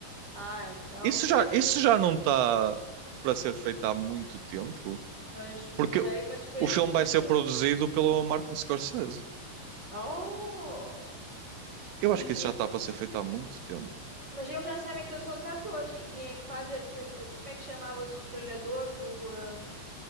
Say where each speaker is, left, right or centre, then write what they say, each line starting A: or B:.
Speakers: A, on the right; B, on the right.
A: Ah, então
B: Isso
A: já
B: já,
A: viste
B: isso
A: essas.
B: já não está para ser feito há muito tempo.
A: Mas não
B: Porque
A: sei, mas foi
B: o
A: as
B: filme
A: notícias
B: vai ser
A: que eu.
B: produzido pelo Martin Scorsese.
A: Oh!
B: Eu
A: E,
B: acho que isso
A: e-
B: já está para ser feito há muito tempo.
A: Mas eles já sabem quem são os atores e quem é que faz. a- da- como é que chamava-se o treinador do. ahm,